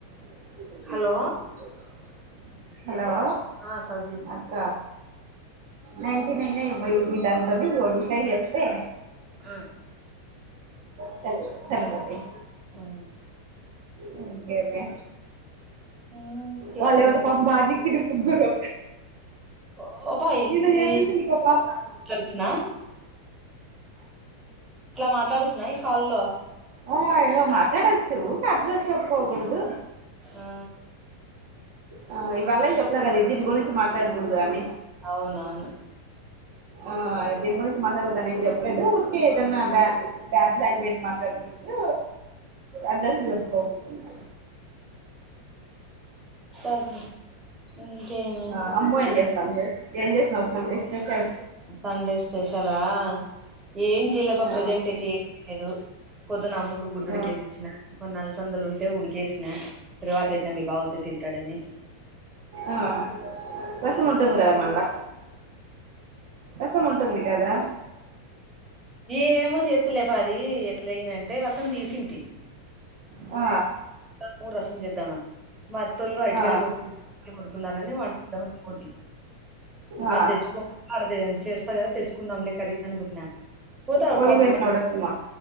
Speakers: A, on the right; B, on the right.
A: ఇ ఎ
B: హలో
A: తా కక హలో
B: ఆ సౌజీ
A: అక్క నైన్ టీన్ <unintelligible> దాంతోని రోటీ ఫ్రై చేస్తే
B: ఆ
A: స సరిపోతాయ్
B: ఉమ్
A: అ గేమీ
B: ఇంకేం
A: వాళ్లెవరో పాపం బా జికిరు ముగ్గురు
B: పో పా
A: నిన్న చేసింది
B: ఈ
A: నీకో పాప
B: తెల్సున మాట్లాడుతున్నా ఈ కాల్లో
A: ఆ ఇగ మాట్లాడచ్చు కట్ చేసే టప్ పోకూడదు
B: ఆ
A: ఆ ఇవాలే చెప్పనా కద ఇ దీని గురించి మాట్లాడకూడదు అని
B: అవునవును
A: ఆ దీని గురించి మాట్లాడుకుదాని ఏం చెప్పలేదు ఊరికే ఏదన్నా బ బ్యాడ్ లాంగ్వేజ్ మాట్లాడకూడదు అడ్రెస్స్ లు చెప్పుకోకూడదంట
B: సర్లే ఇంకేమి
A: ఆ అమ్మ ఏం చేస్తాంది ఏం చేసినావ్ సండే స్పెషల్
B: సండే స్పెషలా ఏం చేయలేపా
A: ఆ
B: ప్రజెంట్ అయితే ఏం లేదు పోద్దున్న అమ్మకు గుడ్డు
A: ఆ
B: ఉడికేసి ఇచ్చిన కొన్ని అలసందలు ఉంటే ఉడికేసినా తిరువాత పెట్టినా మీ బావొత్తే తిం టాడని
A: ఆ రసం ఉంటుంది కదా మళ్ళా రసం ఉంటుంది కదా
B: ఏమో చేత్తలేపా అది ఎ ఎట్లయిందంటే రసం తీసింటి
A: ఆ
B: కు రసం చేద్దామని మా అత్తోళ్ళు అరటికాయలు
A: ఆ
B: కొడుతులు కొడుతున్నారని వాంటద్దామ పోతి
A: ఆ
B: ఆడ తెచ్చుకోని అడ చెస్ కదా తెచ్చుకుందాం లే కర్రీస్ అని పోయినా పోతే ఆడ
A: పొలికి
B: పాపం
A: వేసినావు
B: మాయత్త
A: రసమా